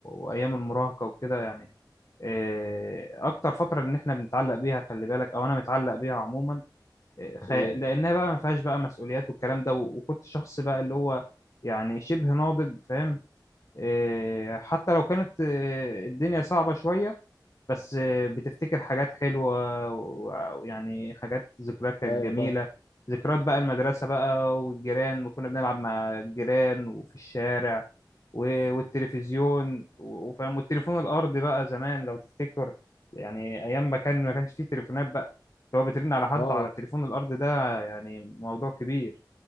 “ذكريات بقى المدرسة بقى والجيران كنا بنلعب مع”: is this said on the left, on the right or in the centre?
Left